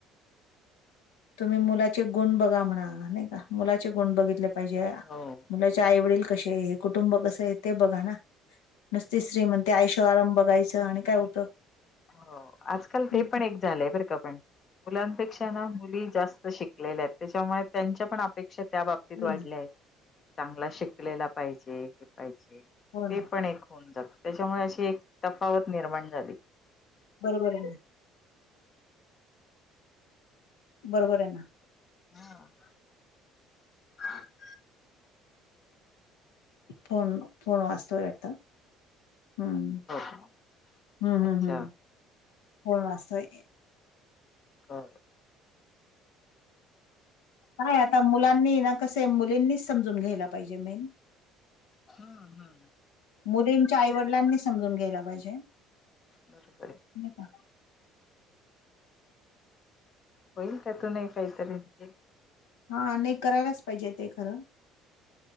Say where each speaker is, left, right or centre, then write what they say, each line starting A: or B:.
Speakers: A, on the left; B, on the left.
A: तुम्ही मुलाचे गुण बघा म्हणा नाही का मुलाचे गुण बघितले पाहिजे
B: हो हो
A: मुलाचे आईवडील कशे हे कुटुंब कस आहे. ते बघा ना? नुसती श्रीमंती आयशो -आराम बघायचं आणि काय उपयोग?
B: हो आजकाल ते
A: नाही
B: पण एक झालंय बरं का पण मुलांपेक्षा ना मुली जास्त शिकलेल्या आहेत त्याच्यामुळे त्यांच्या पण अपेक्षा त्या बाब अपेक्षा
A: हो
B: वाढलंय
A: ना
B: चांगला शिकलेला पाहिजे हे पाहिजे
A: हो
B: ते
A: ना
B: पण एक होऊन जात त्यांच्यामुळे अशी एक तफावत निर्माण झाली.
A: बरोबर आहे बरोबर आहे.
B: हम <inaudible>
A: फोन फोन वाजतो आता, हम्म,
B: का
A: हम्म
B: अच्छा
A: हम्म हम्म फोन वाजतोय की.
B: हा.
A: काय आता मुलांनी ना कसे मुलींनीच समजून घ्यायला पाहिजे मेन
B: हा हा.
A: मुलींच्या आई वडिलांनी समजून घ्यायला पाहिजे.
B: बरोबर आहे.
A: नाही का.
B: होईल त्यातूनही काहीतरी निल
A: हा नाही करायलाच पाहिजे ते खरं,